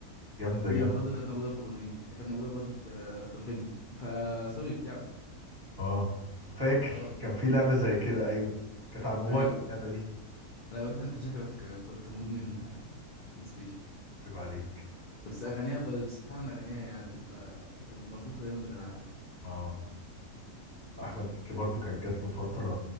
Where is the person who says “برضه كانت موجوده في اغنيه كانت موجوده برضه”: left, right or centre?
Left